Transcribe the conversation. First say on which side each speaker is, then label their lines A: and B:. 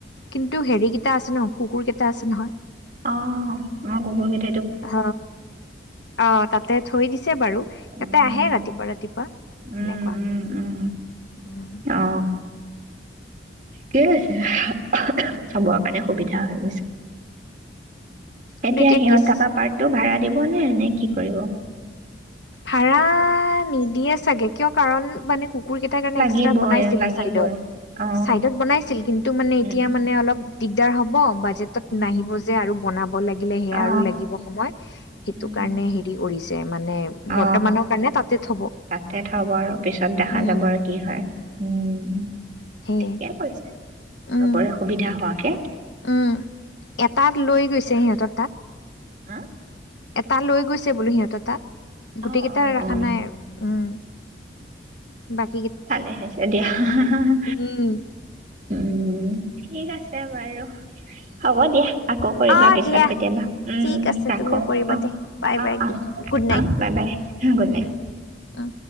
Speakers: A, on the left; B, on the right.
A: কিন্তু হেৰি কিটা আছে ন, কুকুৰ কেইটা আছে নহয়।
B: অ', মই <unintelligible>
A: হ, অ', তাতে থৈ দিছে বাৰু, ইয়াতে
B: উম
A: আহে ৰাতিপুৱা ৰাতিপুৱা,
B: উম
A: এনেকুৱা,
B: উম উম
A: উম।
B: অ <unintelligible> চবৰ কাৰণে সুবিধা। <unintelligible> তেতিয়া
A: কিন্তু এতিয়া
B: সিহঁত
A: কেচ
B: থকা পাৰ্টটো ভাৰা দিব <unintelligible> এনে কি কৰিব।
A: ভাৰা নিদিয়ে চাগে, কিয় কাৰণ মানে কু কুকুৰ কেইটাৰ কাৰণে
B: লাগিবই
A: এক্সট্ৰা বনাইছিলে
B: লাগিবই
A: চাইডট,
B: অ
A: চাইডট বনাইছিল কিন্তু মানে এতিয়া
B: উম উম
A: মানে অলপ দিকদাৰ হ'ব <unintelligible>
B: উম
A: <unintelligible> নাহিব যে আৰু। <unintelligible> লাগিলে হেয়া
B: অ
A: আৰু লাগিব সময়, হেতু
B: উম
A: কাৰণে হেৰি কৰিছে মানে বৰ্তমানৰ
B: অ,
A: কাৰণে তাতে থ'ব
B: তাতে থব আৰু পিছত দেখা
A: উম
B: যাব আৰু কি হয়, উম,
A: সেয়ে
B: ঠিকে কৰিছে।
A: উম
B: চবৰে সুবিধা হোৱাকে।
A: উম, ইয়াত তাক লৈ গৈছে সিহঁতৰ তাত।
B: উম।
A: এটা লৈ গৈছে বোলো সিহঁতৰ তাত। গোটেইকেইটা
B: অ অ
A: ৰাখা
B: অ
A: নাই আৰু, উম, বাকি
B: ভালে হৈছে দিয়া, হাহা হাহা,
A: উম
B: উম, ঠিক আছে বাৰু। হ'ব দিয়া আকৌ কৰিবা
A: অ
B: পিছত
A: দিয়া
B: কেতিয়াবা উম
A: ঠিক
B: উম
A: আছে
B: ৰাখো
A: তুমিও কৰিবা
B: অ
A: দে বাই বাই
B: অ অ অ
A: good night
B: bye bye good night
A: উম